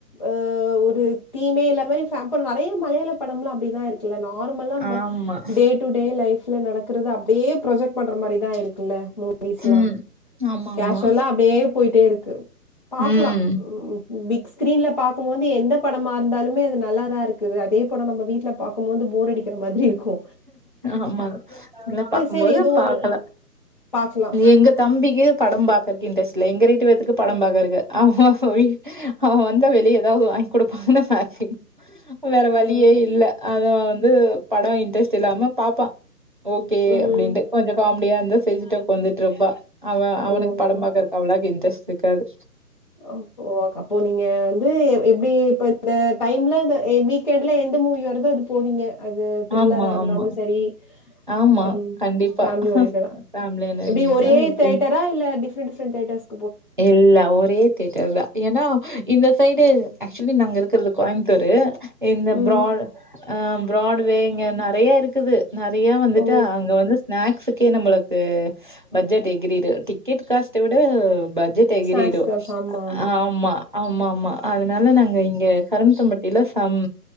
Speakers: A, on the left; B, on the right.
A: ஆ ஒரு தீமே இல்லாத மாறி ஃபேப் பண்ணணு நெறைய மலையாள படம்லா அப்டி தா இருக்கு இந்த நார்மல இந்த
B: ஆமா.
A: டேட் டூ டே லைப்ல நடக்குறது அப்டியே ப்ரொஜெக்ட் பண்ற மாறிதா இருக்குல்ல மூவிஸ்லா
B: ம். ஆமாமா.
A: கேஷுவுல்லா அப்டியே போயிட்டே இருக்கு பாக்கலா
B: ம்.
A: ம் பிக்ஸ்கிரீன்ல பாக்கும் போது எந்த படமா இருந்தாலுமே அது நல்லா தா இருக்குது அதே படம் நம்ம வீட்டுல பா க்கும் போது போர் அடிக்கிற மாறி இருக்கு
B: ஆமா இதல்ல பாக்கபோது
A: சரி ஏதோ
B: பாகலா
A: ஒரு பாக்கலாம்.
B: எங்க தம்பிக்கி படம் பாக்கறக்கு இன்ட்ரஸ்ட் இல்ல எங்க ரெண்டு பேத்துக்கு படம் பாக்றக்கு ஆமா அவன் வந்தா வெளியே ஏதாவது வாங்கி கொடுப்பாங்கன்னு சாத்திய வேற வழியே
A: ம்.
B: இல்ல அத வந்து படம் இன்ட்ரெஸ்ட் இல்லாம பாப்பா ஓகே
A: ம்.
B: அப்டின்ட்டு கொஞ்சோ காமெடியா இருந்தா சிரிச்சுட்டு உக்காந்துட்டு இருப்பா அவ அவனுக்கு
A: ஓ!
B: படம் பாக்குறக்கு அவளேவுக்கு இன்ட்ரெஸ்ட் இருக்காது
A: ஓ ஓ அப்போ நீங்க வந்து எப்டி இப்ப இந்த டைம்ல வீக்கெண்ட்ல எந்த மூவி வருது அது போவிங்க அது த்ரில்லரா
B: ஆமா
A: இருந்தாலு
B: ஆமா
A: சரி
B: ஆமா
A: ஆ
B: கண்டிப்பா
A: ஃபேமிலி ஒரியன்டர
B: ஃபேமிலில
A: எப்டி
B: இருந்தா
A: ஒரே
B: எப்டின்னு
A: தேட்டரா இல்ல டிஃப் பிரின்ட் பிரின்டைடஸ்
B: இல்ல ஒரே தியேட்டர் தா ஏன்னா இந்த சைடு ஆக்சுலி நாங்க இருக்கிறது கோயமுத்தூரு இந்த
A: ம்.
B: ப்ரான் அ ப்ராட்வே இங்க நெறய இருக்குது நெறய வந்துட்டு
A: ஓ!
B: அங்க வந்து ஸ்நாக்ஸுக்கே நம்மளுக்கு ஆ பட்ஜெட் எகிரிடு டிக்கெட் காஸ்ட வீட பட்ஜெட் எகிரிடு
A: ஸ்நாக்ஸ் காசு. ஆமா,
B: ஆமா ஆமா ஆமா அதனால நாங்க இங்க கரும் தம்பட்டில சம்